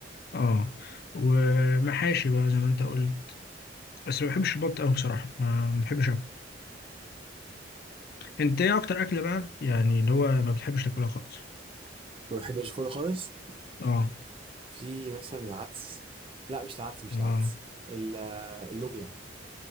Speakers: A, on the left; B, on the right.
A: اه ومحاشي بقى زي ما انت قلت بس ما بحبش البط قوي بصراحة ما ما بحبش اكل انت ايه اكتر اكلة بقى يعني اللي هو ما بتحبش تاكلها خالص
B: بحبش كله خالص
A: اه
B: في مثلا العدس لا مش العدس مش
A: اه
B: العدس ال- آه، اللوبيا